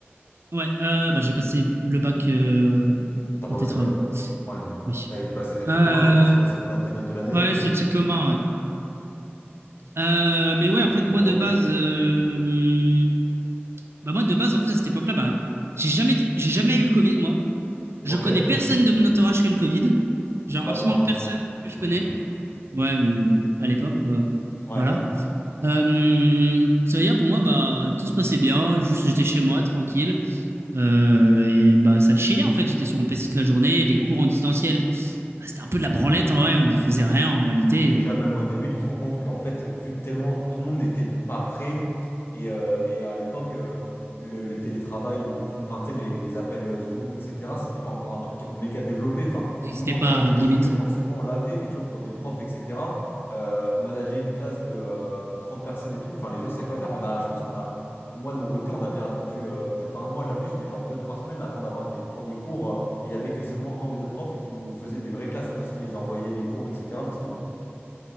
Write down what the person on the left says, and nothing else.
T'as pas
passé le bac. Ouais,
t'as- bah, c'était
ton commun, du coup. C'est quoi? C'est prendre tes notes de l'année
et
comprends
ma
biche.
Ok,
bah
moi,
tu
me
connais maintenant.
Ouais.
Déjà,
même au début, tu te rends compte qu'en fait, vu que tellement tout le monde n'était pas prêt, et, euh, et à l'époque, euh, le, le télétravail, le confinement, enfin, tu sais, les, les appels Zoom, etc., c'était pas encore un truc méga développé. Enfin,
nous, en
tant que
geek, forcément, on l'avait, mais tu vois, pour des profs, etc., euh, manager une classe de, euh, de 30 personnes et tout, enfin, les gens savaient pas faire. On a, je pense qu'on a, moi, de mon côté, on a bien attendu, euh, peut-être pas un mois, j'abuse, mais genre deux, trois semaines avant d'avoir des premiers cours, euh, et il y avait que seulement un ou deux profs qui nous faisaient des vraies classes, tu vois, sinon ils envoyaient des cours, etc., mais c'est tout, quoi.